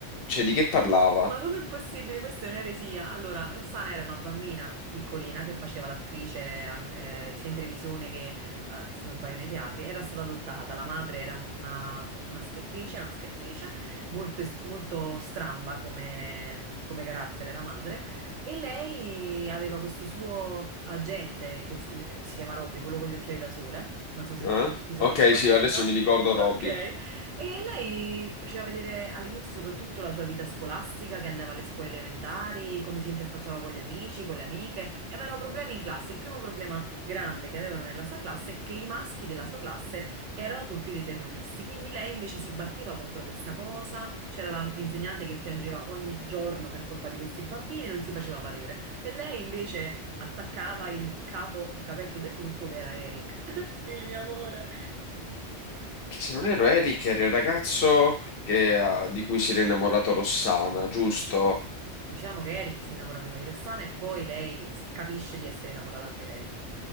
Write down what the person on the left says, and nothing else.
cioè di che parlava.
eh?
Ok,
sì, adesso mi ricordo
Robby.
Che se non erro Eric era il ragazzo che- di cui si era innamorato Rossana, giusto?